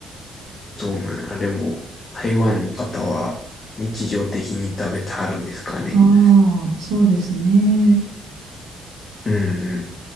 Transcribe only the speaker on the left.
そうなんあれも、台湾の方は日常的に食べてはるんですかね。
うん